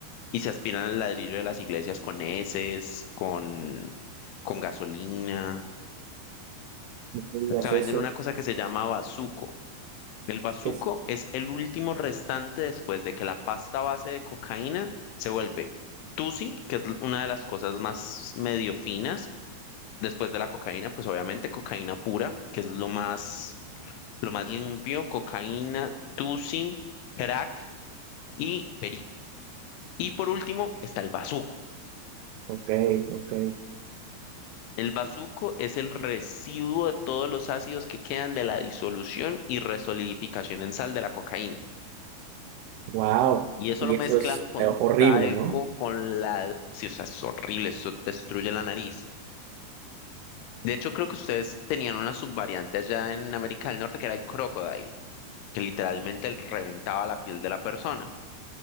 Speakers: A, on the left (about 85°); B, on the right (about 85°).
A: y se aspiran el ladrillo de las iglesias con heces, con, con gasolina.
B: No me digas
A: Acá
B: eso.
A: venden una cosa que se llama bazuco. El bazuco
B: ¿Qué es?
A: es el último restante después de que la pasta base de cocaína se vuelve tusi, que es una de las cosas más medio finas Después de la cocaína, pues obviamente cocaína pura, que es lo más, lo más limpio, cocaína, tusi, crack y perico. Y por último está el bazuco.
B: Ok, ok.
A: El bazuco es el residuo de todos los ácidos que quedan de la disolución y resolidificación en sal de la cocaína.
B: Wow.
A: Y eso
B: Y
A: lo
B: eso
A: mezclan
B: es
A: con
B: eh, horrible,
A: talco,
B: ¿no?
A: con la... Sí, o sea, es horrible, eso destruye la nariz. De hecho, creo que ustedes tenían una subvariante allá en América del Norte que era el crocodile. que literalmente reventaba la piel de la persona.